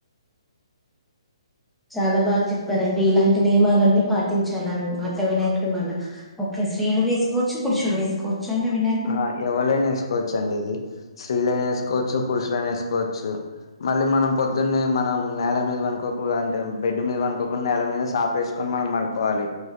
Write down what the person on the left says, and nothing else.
ఆ ఎవరైనా వేసుకోవచ్చండి ఇది స్త్రీలైన వేసుకోవచ్చు పురుషులైన వేసుకోవచ్చు మళ్ళీ మనం పొద్దున్నే మనం నేల మీద వనుకోకు అంటే బెడ్ మీద వనుకోకుండా నేల మీద సాఫే సుకొని మనం వడుకోవాలి